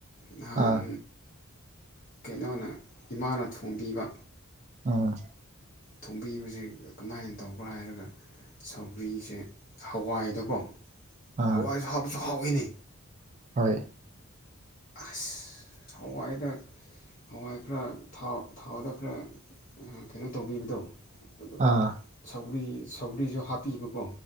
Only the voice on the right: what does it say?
ꯑꯥ
ꯑꯝ
ꯑꯥ
ꯍꯣꯏ
ꯑꯥ